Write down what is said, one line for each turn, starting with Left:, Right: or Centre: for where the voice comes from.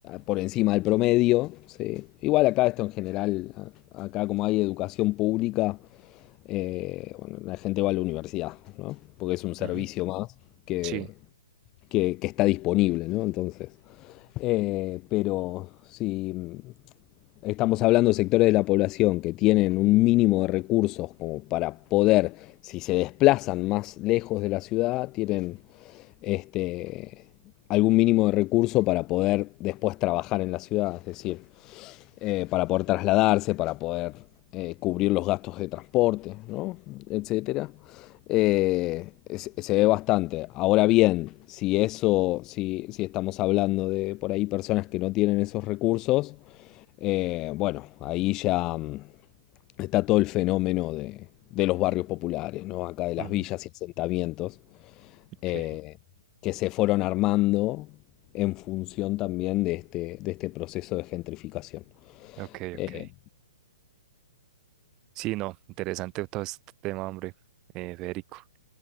Left: por encima del promedio, sí. Igual acá esto en general, a- acá como hay educación pública, eh, bueno, la gente va a la universidad, ¿no? Porque es un servicio
Right: Ujú.
Left: más que,
Right: Sí.
Left: que- que está disponible, ¿no? Entonces, eh, pero sí, Estamos hablando de sectores de la población que tienen un mínimo de recursos como para poder, si se desplazan más lejos de la ciudad, tienen este, algún mínimo de recurso para poder después trabajar en la ciudad, es decir, eh, para poder trasladarse, para poder eh, cubrir los gastos de transporte, ¿no? etcétera. Eh, es- se ve bastante. Ahora bien, si eso, si, si estamos hablando de por ahí personas que no tienen esos recursos, eh, bueno, ahí ya mm, está todo el fenómeno de, de los barrios populares, ¿no? Acá de
Right: Ujú.
Left: las villas y asentamientos,
Right: Ok,
Left: eh, que se fueron armando en función también de este, de este proceso de gentrificación.
Right: ok,
Left: Eh,
Right: ok. Sí, no, interesante todo este tema, hombre, eh, Federico.